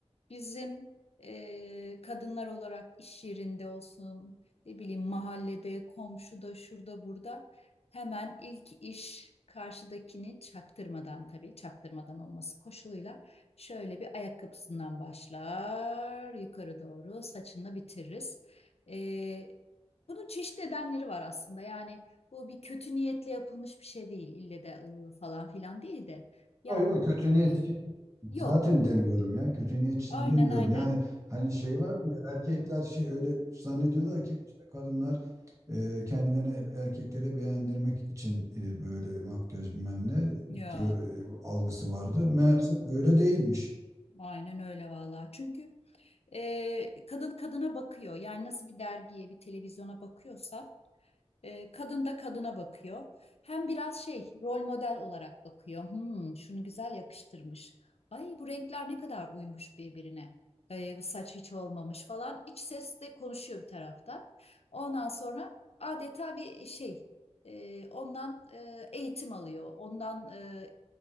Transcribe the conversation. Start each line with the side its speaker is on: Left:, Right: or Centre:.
Left: bizim e, kadınlar olarak iş yerinde olsun, ne bileyim mahallede, komşuda, şurada, burada hemen ilk iş karşıdakini çaktırmadan tabii çaktırmadan olması koşuluyla şöyle bir ayakkabısından başlar, yukarı doğru saçını bitiririz. E, bunun çeşitli nedenleri var aslında. Yani bu bir kötü niyetle yapılmış bir şey değil. İlle de ıı, falan filan değil de. Ya
Right: Yok yok kötü niyet için
Left: yok.
Right: zaten demiyorum ya. Kötü niyet için
Left: Aynen
Right: demiyorum.
Left: aynen.
Right: Yani hani şey vardı ya erkekler
Left: Hı hı.
Right: şey öyle zannediyorlar ki işte kadınlar e, kendilerine erkeklere beğendirmek için e, böyle makyaj bilmem ne
Left: Yok.
Right: diyor e, algısı vardı. Meğerse öyle değilmiş.
Left: Aynen öyle vallahi. Çünkü e, kadın kadına bakıyor. Yani nasıl bir dergiye, bir televizyona bakıyorsa E, kadın da kadına bakıyor. Hem biraz şey rol model olarak bakıyor. Hmm, şunu güzel yakıştırmış. Ay bu renkler ne kadar uymuş birbirine. E, bu saç hiç olmamış falan. İç ses de konuşuyor bir tarafta. Ondan sonra adeta bir şey e, ondan e, eğitim alıyor. Ondan e,